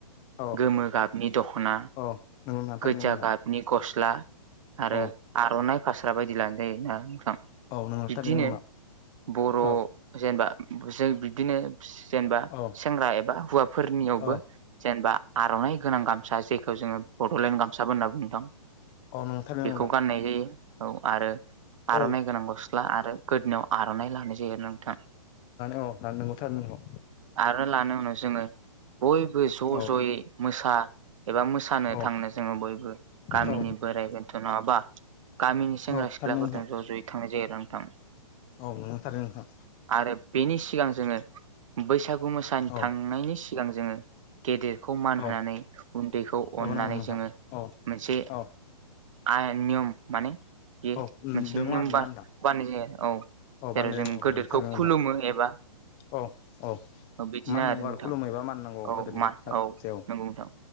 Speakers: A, on the left; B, on the right.
A: औ
B: गोमो गाबनि दख'ना
A: औ नोंगौ नोंथां थारैनो
B: गोजा
A: नोंगौ नोंथां
B: गाबनि गस्ला आरो
A: औ
B: आर'नाइ फास्रा बायदि लानाय जायोना नोंथां
A: औ नोंगौ
B: बिब्दिनो
A: थारैनो नोंगौ नोंथां
B: बर'
A: औ
B: जेनबा जों बिब्दिनो जेनबा
A: औ
B: सेंग्रा एबा हौवाफोरनियावबो
A: औ
B: जेनबा आर'नाइ गोनां गामसा जेखौ जोङो बड'लेण्ड गामसाबो होनना बुङो नोंथां।
A: औ नोंगौ थारैनो
B: बेखौ
A: नोंगौ
B: गाननाय जायो औ आरो
A: नोंथां
B: आर'नाइ गोनां गस्ला आरो गोदनाव आर'नाइ लानाय जायो आरो नोंथां
A: अ दा नोंगौथार नों
B: आरो लानो उनाव जोङो बयबो ज'
A: औ
B: ज'यै मोसा एबा मोसानो
A: औ
B: थांनो जोङो बयबो गामिनि
A: औ
B: बे बेन्थ' नङाबा गामिनि सेंग्रा
A: औ
B: सिख्लाफोरदों
A: थारैनो नोंथां
B: ज' ज'यै थांनाय जायो आरो नोंथां।
A: औ नंगौ थारैनो नोंथां
B: आरो बेनि सिगां जोङो बैसागु मोसानि
A: औ
B: थांनायनि सिगां जोङो गेदेर खौ मान
A: औ
B: होनानै उन्दैखौ
A: औ
B: अननानै
A: नंगौ नोंथां
B: जोङो
A: औ
B: मोनसे
A: औ
B: आय नियम माने बे
A: औ
B: मोनसे
A: दङ
B: नियम
A: आरोना
B: बा
A: नोंथां
B: बानाय जायो औ
A: औ
B: जेराव
A: बानायनाय
B: जों
A: औ
B: गोदोरखौ
A: नंगौ थारैनो नोंथां
B: खुलुमो एबा
A: औ औ
B: औ बिदिनो
A: मानिनांगौ
B: आरो नोंथां
A: खुलुमहैबा मानिनांगौ
B: औ
A: गोदोनि
B: मा
A: सायाव
B: औ नंगौ नोंथां